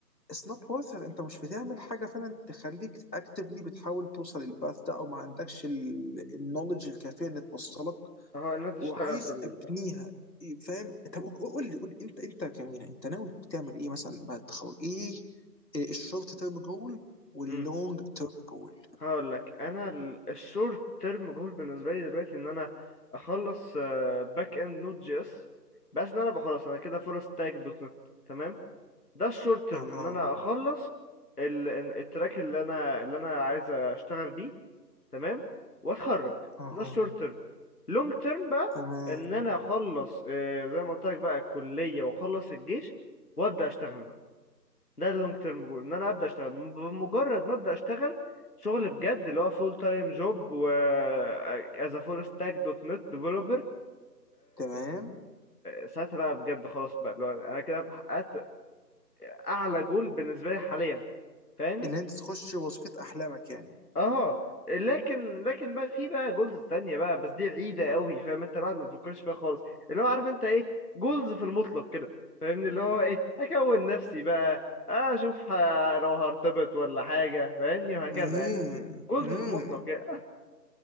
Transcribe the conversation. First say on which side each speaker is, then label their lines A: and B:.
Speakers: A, on the left; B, on the left.
A: اتس نوت worth it انت مش بتعمل حاجه فعلا تخليك اكتفلي بتحاول توصل للباث ده او ما عندكش النولج الكافيه اللي توصلك
B: اهو ان انت تشتغل
A: وعايز
B: في ال
A: ابنيها فاهم طب قول لي قول لي انت انت كمينا انت ناوي تعمل ايه مثلا بعد التخرج ايه الشورت تيرم جول واللونج
B: م.
A: تيرم جول
B: هقول لك انا الشورت تيرم جول بالنسبه لي دلوقتي ان انا اخلص باك اند نوت جي اس بس ان انا أبقى خلاص انا كده فول ستاك دوت نت تمام ده الشورت تيرم
A: اها
B: ان انا اخلص ال- إن- التراك اللي انا اللي انا عايز اشتغل بيه تمام واتخرج
A: اها
B: ده الشورت تيرم لونج تيرم بقى
A: تمام
B: ان انا اخلص آه، زي ما قلت لك بقى الكليه واخلص الجيش وابدا اشتغل بقى. ده اللونج تيرم جول ان انا ابدا اشتغل م- بمجرد ما ابدا اشتغل شغل بجد اللي هو فول تايم جوب و از فول ستاك دوت نت ديفلوبر
A: تمام
B: ساعتها بقى بجد خلاص بقى اللي هو انا كده بحققت اعلى جول بالنسبه لي حاليا فاهمني
A: اللي انت تخش وظيفة احلامك يعني
B: اه لكن لكن بقى في بقى جولز تانية بقى بس دي بعيدة قوي فاهم انت الواحد ما بيفكرش فيها خالص اللي هو عارف انت ايه جولز في المطلق كده فاهمني اللي هو ايه اكون نفسي بقى اشوف ه- لو هرتبط ولا حاجة فاهمني وهكذا
A: امم
B: يعني جولز
A: امم
B: في المطلق يعني